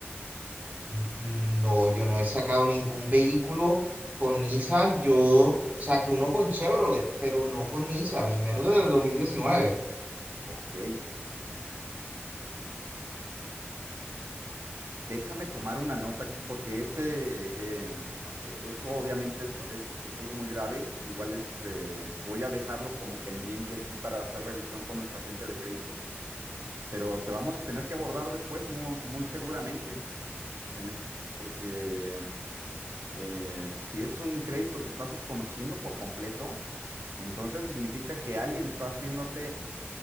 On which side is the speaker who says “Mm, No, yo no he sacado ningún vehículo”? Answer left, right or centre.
Right